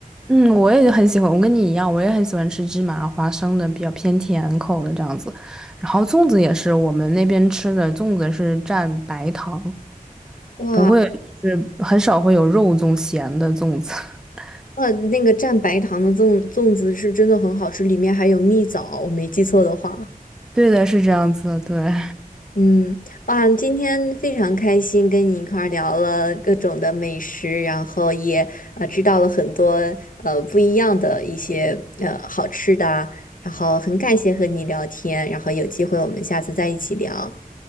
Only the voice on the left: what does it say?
哇，
哇，那个蘸白糖的粽粽子是真的很好吃，里面还有蜜枣，我没记错的话。
嗯，哇，今天非常开心跟你一块儿聊了各种的美食，然后也呃知道了很多呃不一样的一些呃好吃的啊然后很感谢和你聊天，然后有机会我们下次再一起聊，